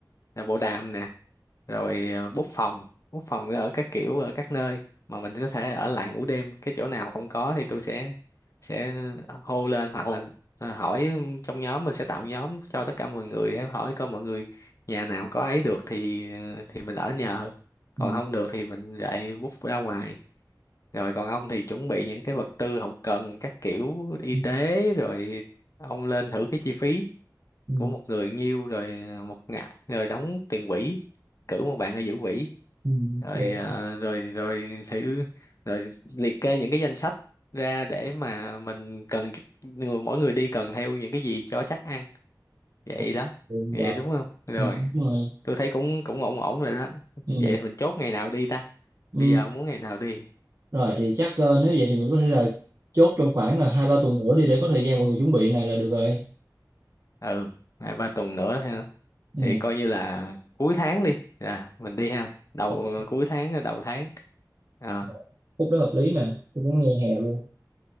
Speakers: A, on the left; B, on the right.
A: là bộ đàm nè rồi ờ, bút phòng bút phòng ở các kiểu ở các nơi mà mình có thể ở lại ngủ đêm cái chỗ nào không có thì tôi sẽ sẽ hô lên hoặc là ờ, hỏi trong nhóm mình sẽ tạo nhóm cho tất cả mọi người để hỏi coi mọi người nhà nào có ấy được thì ờ, thì mình ở nhờ còn
B: ừ.
A: không được thì mình lại bút ra ngoài rồi còn ông thì chuẩn bị những cái vật tư hậu cần các kiểu y
B: Ừ.
A: tế rồi ông lên thử cái chi phí
B: Ừ.
A: của một người nhiêu rồi ờ, một ngã rồi đóng tiền quỹ cử một bạn ở giữ quỹ
B: Ừ.
A: rồi à, rồi rồi thử rồi liệt kê những cái danh sách ra để mà mình cần người- mỗi người đi cần theo những cái gì cho chắc ăn vậy
B: ok.
A: đó
B: Ừ,
A: vậy
B: rồi.
A: đúng không rồi
B: Ừ, đúng rồi.
A: tôi thấy cũng cũng ổn ổn rồi đó
B: Ừ.
A: vậy thì mình chốt ngày nào đi ta
B: Ừ.
A: bây giờ ông muốn ngày nào đi
B: Rồi thì chắc ờ, nếu vậy thì mình có thể là chốt trong khoảng là hai ba tuần nữa đi để có thời gian mọi người chuẩn bị này là được rồi.
A: ừ hai ba tuần nữa ha
B: Ừ.
A: thì coi như là cuối tháng đi là mình đi ha đầu
B: Ok.
A: cuối tháng đầu tháng Ờ,
B: Rồi. Khúc đó hợp lý nè, tôi cũng nghe hè luôn.